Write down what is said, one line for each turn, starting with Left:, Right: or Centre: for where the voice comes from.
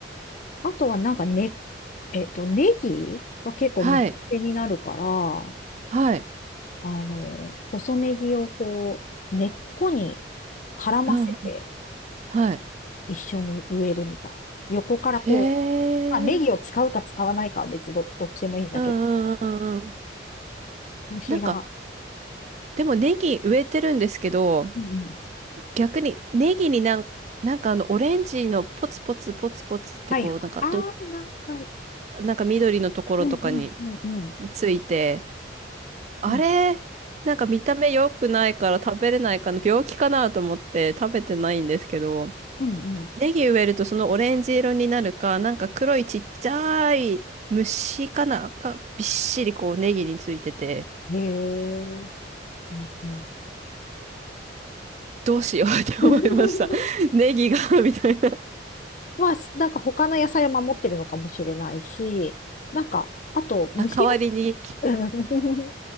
Left: あとはなんかね、えっと、ネギが結構虫けになるから、
Right: はい。はい。
Left: あの、細ネギをこう、根っこに絡ませて
Right: うんはい。
Left: 一緒に植えるみたい。横からこう、
Right: へえ、
Left: まあ、ネギを使うか使わないかは別ど、どっちでもいいんだけど、
Right: うんうんうんうん。
Left: 虫が。
Right: なんか、でもネギ植えてるんですけど、
Left: うんうん。
Right: 逆にネギになん、なんかあのオレンジのポツポツポツポツってこう、
Left: はいはい。
Right: なんかど、
Left: ああ、何回。
Right: なんか緑のところとかに
Left: うんうんうんうん。
Right: ついて、あれ、
Left: うん
Right: なんか見た目良くないから食べれないかな、病気かなと思って食べてないんですけど、
Left: うんうん。
Right: ネギ植えるとそのオレンジ色になるか、なんか黒いちっちゃい虫かな、がびっしりこうネギについてて、
Left: へえ。うんうん。
Right: どうしようって思いました。
Left: <laughs>
Right: <laughs> ネギが <laughs> みたいな。
Left: まあ、なんか他の野菜を守ってるのかもしれないし、なんか、あと、虫が、
Right: あ、代わりにき
Left: うん